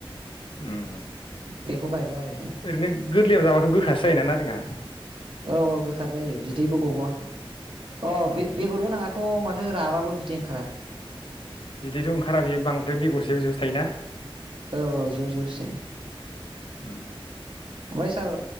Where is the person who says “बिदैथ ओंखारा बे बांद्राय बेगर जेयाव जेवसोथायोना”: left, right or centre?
Left